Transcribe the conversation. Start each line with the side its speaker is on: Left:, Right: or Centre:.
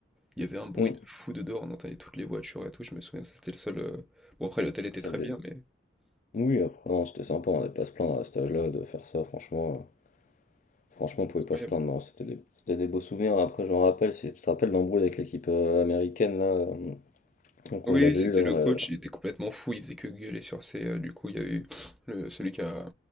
Centre: il y avait un bruit
Left: Mm.
Centre: de fou de dehors. On entendait toutes les voitures et tout. Je me souviens, ça, c'était le seul. euh, Bon, après, l'hôtel était
Left: Ça
Centre: très
Left: bé-
Centre: bien, mais.
Left: Oui, après, non, c'était sympa. On n'avait pas à se plaindre à cet âge-là de faire ça. Franchement, euh, franchement, on pouvait
Centre: incroyable.
Left: pas se plaindre. Non, c'était des... c'était des beaux souvenirs. Après, je me rappelle, c'est- tu te rappelles l'embrouille avec l'équipe euh, américaine là. euh, donc,
Centre: Oui,
Left: on avait
Centre: c'était
Left: eu là. On
Centre: le coach,
Left: a...
Centre: il était complètement fou, il faisait que gueuler sur ses... euh, du coup, il y a eu le, celui qui a...